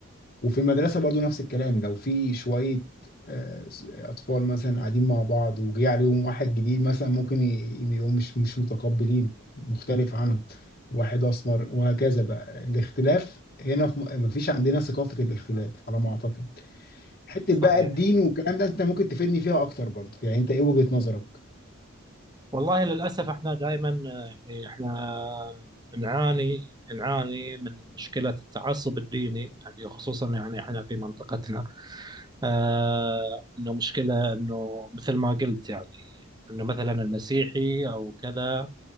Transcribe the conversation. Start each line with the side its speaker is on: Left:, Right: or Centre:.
Left: وفي المدرسة برضو نفس الكلام لو في شوية آه، أطفال مثلا قاعدين مع بعض وجي عليهم واحد جديد مثلا ممكن ي- يبقوا مش مش متقبلين مختلف عنهم واحد أسمر وهكذا بقى الاختلاف هنا في م- مفيش عندنا ثقافة الاختلاف على ما أعتقد حتة
Right: صحيح
Left: بقى الدين والكلام ده أنت ممكن تفيدني فيها أكتر برضو يعني أنت إيه وجهة نظرك؟
Right: والله للأسف إحنا دائما آه، يعني إحنا نعاني نعاني من مشكلة التعصب الديني يعني خصوصا يعني إحنا في منطقتنا آه إنه مشكلة إنه مثل ما قلت يعني إنه مثلا المسيحي أو كذا